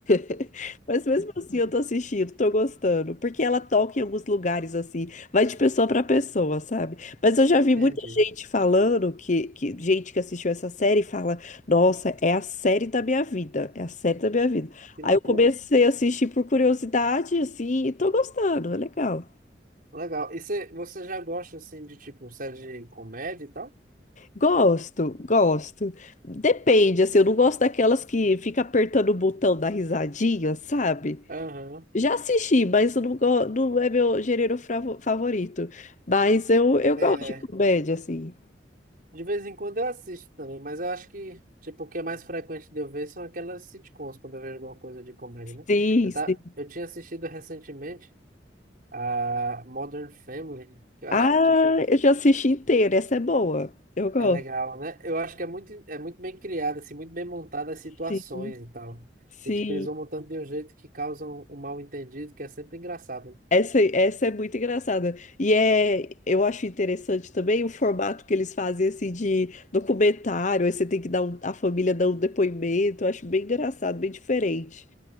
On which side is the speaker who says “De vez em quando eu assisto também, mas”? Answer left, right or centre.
Right